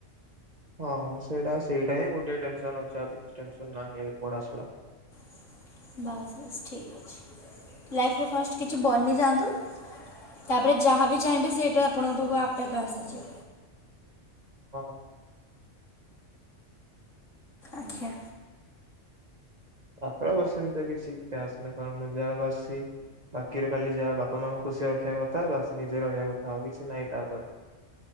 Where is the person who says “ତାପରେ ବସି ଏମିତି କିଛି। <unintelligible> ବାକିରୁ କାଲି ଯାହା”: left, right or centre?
Right